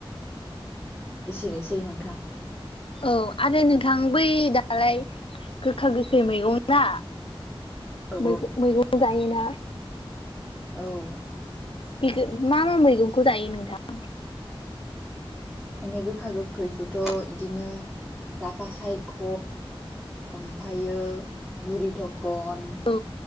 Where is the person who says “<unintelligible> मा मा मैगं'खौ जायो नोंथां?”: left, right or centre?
Left